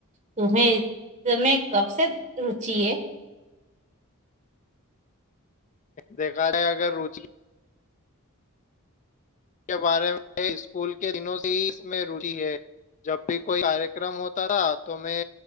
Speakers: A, on the right; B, on the left.
A: تمیں اس میں کب سے روچی ہے
B: دیکھا ہے اگر روچی کے بارے میں <unintelligible> اسکول کے دنوں سے اس میں روچ ہے جب بھی کوئی کارکرم ہوتا تھا تو میں